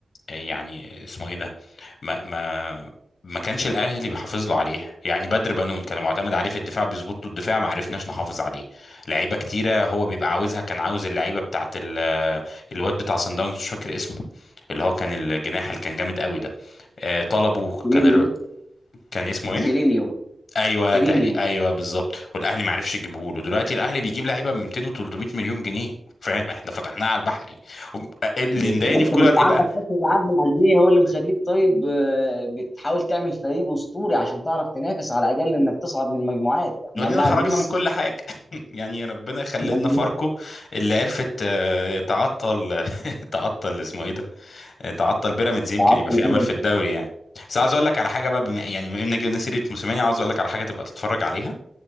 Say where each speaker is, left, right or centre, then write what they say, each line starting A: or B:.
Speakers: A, on the left; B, on the left.
A: آه، يعني اسمه ايه ده ما ما ما كانش الاهلي بيحافظ له عليه يعني بدر بنون كان معتمد عليه في الدفاع بيظبط له الدفاع ما عرفناش نحافظ عليه لعيبه كتيره هو بيبقى عاوزها كان عاوز اللعيبه بتاعت ال- الواد بتاع صن داونز مش فاكر اسمه اللي هو كان الجناح اللي كان جامد قوي ده آه، طلبه
B: سيرينيو
A: كان الر- كان اسمه ايه
B: سيرينيو
A: ايوه
B: سيرينيو
A: تقريبا ايوه بالظبط والاهلي ما عرفش يجيبه له دلوقتي الاهلي بيجيب لعيبه ب 200 و 300 مليون جنيه فاهم احنا فتحناها على البحري وب- اللي
B: بالظبط
A: مضايقني في كولر
B: ما انت
A: ايه
B: عندك
A: بقى
B: كاس العالم للانديه هو اللي مخليك طيب آه، بتحاول تعمل فريق اسطوري عشان تعرف تنافس على الاقل انك تصعد من المجموعات احنا
A: ودينا
B: هنلاعب
A: خرجنا
B: ميسي
A: من كل حاجة <laughs> يعني ربنا يخلي
B: <laughs>
A: لنا فاركو اللي عرفت آه، تعطل <laughs> تعطل اسمه ايه ده تعطل بيراميدز يمكن
B: عصر
A: يبقى في
B: البيراميدز
A: امل في الدوري يعني بس عاوز اقول لك على حاجه بقى بما يعني بما ان جبنا سيره موسيماني عاوز اقول لك على حاجه تبقى تتفرج عليها